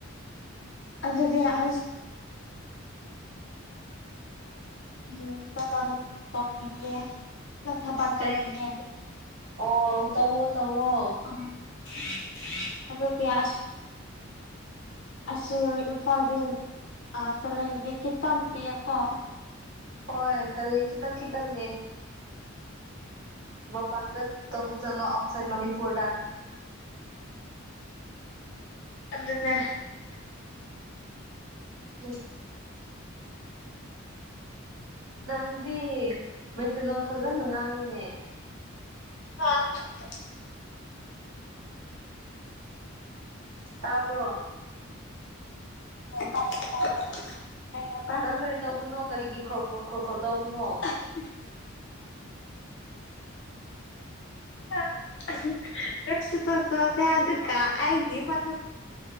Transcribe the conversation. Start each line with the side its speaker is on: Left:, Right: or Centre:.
Left: ꯑꯗꯨꯗꯤ <unintelligible> ꯎꯝ ꯇ ꯅꯟ ꯇꯣꯅꯤ ꯑꯦ ꯃꯊꯥ ꯄꯇꯣꯅꯤ
Right: ꯀꯔꯤ
Left: ꯍꯥꯏ
Right: ꯑꯣ ꯇꯧꯋꯣ ꯇꯧꯋꯣ
Left: <unintelligible> ꯑ ꯑꯁ ꯑꯁꯤ ꯐꯒꯦ ꯑꯁꯂꯗꯤꯈꯤ ꯇꯝ ꯄꯤ ꯑꯄꯣ
Right: ꯍꯣꯏ ꯑꯗꯨꯔ ꯈꯤꯇꯪ ꯈꯤꯇꯪꯅꯦ ꯃ ꯄꯥꯟꯗ ꯇꯕꯨ ꯆꯂꯣ ꯑꯥꯎꯠꯁꯥꯏꯠ ꯃꯅꯤꯄꯨꯔꯗ
Left: ꯑꯗꯨꯅꯦ
Right: <unintelligible> ꯅꯪꯗꯤ ꯃꯩꯇꯩꯂꯣꯟ ꯐꯖꯅ ꯉꯥꯡꯉꯤꯅꯦ
Left: <unintelligible>
Right: ꯇꯥꯄ꯭ꯔꯣ
Left: ꯑꯣ ꯇꯥꯏꯌꯦ ꯇꯥꯏꯌꯦ
Right: ꯅꯪ ꯀꯔꯤ ꯇꯧꯕꯅꯣ ꯀꯔꯤꯒꯤ ꯈ ꯈ ꯈꯔꯣ ꯇꯧꯕꯅꯣ
Left: <unintelligible> <unintelligible> <unintelligible> ꯑꯒꯤ ꯑꯗꯨꯅ